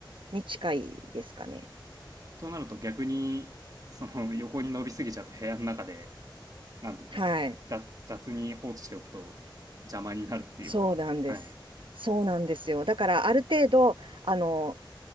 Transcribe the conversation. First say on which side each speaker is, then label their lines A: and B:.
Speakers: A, on the right (about 80°); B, on the right (about 45°).
A: に近いですかね。
B: となると逆に、その <laughs> 横に伸びすぎちゃうと部屋の中で、なんていうか、
A: はい。
B: 雑雑に放置しておくと邪魔になるっていうか、
A: そうなんです。
B: はい。
A: そうなんですよ。だから、ある程度、あの、